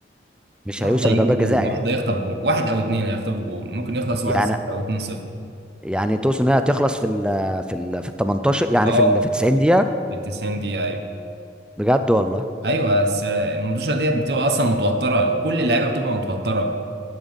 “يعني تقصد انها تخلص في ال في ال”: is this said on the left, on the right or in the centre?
Centre